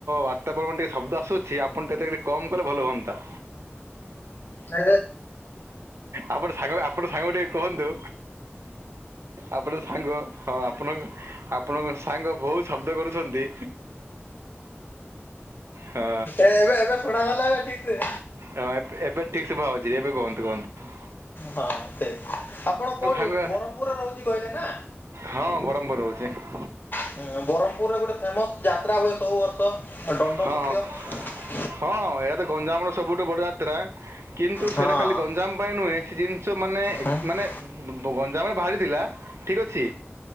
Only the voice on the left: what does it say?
ଏ
ଏ ଏବେ ଏବେ ଶୁଣାଗଲା ନା ଠିକ୍ ସେ?
ହଁ ସେ ଆପଣ
କୋଉଠି
ବରମପୁର ରେ ରହୁଛି କହିଲେ ନା?
ହଁ ବରମପୁରରେ ଗୋଟେ ଫେମସ୍ ଯାତ୍ରା ହୁଏ ସବୁ ବର୍ ତ
<unintelligible> <unintelligible>
ହଁ
ହଁ